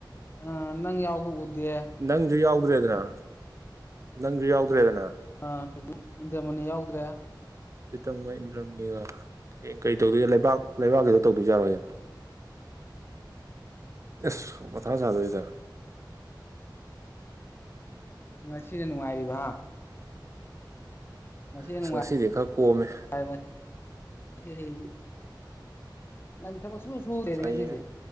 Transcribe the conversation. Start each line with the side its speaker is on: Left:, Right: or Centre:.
Left: ꯑ ꯅꯪ ꯌꯥꯎꯕ ꯎꯗꯦ
Right: ꯅꯪꯁꯨ ꯌꯥꯎꯗ꯭ꯔꯦꯗꯅ ꯅꯪꯁꯨ ꯌꯥꯎꯗ꯭ꯔꯦꯗꯅ
Left: ꯑꯥ ꯖꯔꯃꯅꯤ ꯌꯥꯎꯗ꯭ꯔꯦ
Right: ꯄ꯭ꯔꯤꯇꯝꯒ ꯏꯟꯗ꯭ꯔꯝꯅꯤꯒ ꯍꯌꯦꯡ ꯀꯩ ꯇꯧꯗꯣꯏ ꯂꯩꯕꯥꯛ ꯂꯩꯕꯥꯛꯀꯤꯗꯣ ꯇꯧꯗꯣꯏꯖꯥꯠꯂꯣ ꯍꯌꯦꯡ ꯑꯁ ꯃꯊꯥ ꯁꯥꯥꯗꯣꯔꯤꯗ
Left: ꯉꯁꯤꯅ ꯅꯨꯡꯉꯥꯏꯔꯤꯕ ꯍꯥ ꯉꯁꯤꯅ
Right: ꯑꯁ
Left: ꯅꯨꯡꯉꯥꯏ
Right: ꯉꯁꯤꯗꯤ ꯈꯔ ꯀꯣꯝꯃꯦ
Left: <unintelligible> ꯅꯪꯗꯤ ꯊꯕꯛ ꯁꯨꯡ ꯁꯨꯍꯧꯗꯦꯅꯦ
Right: ꯍꯌꯦꯡ
Left: ꯉꯁꯤꯗꯤ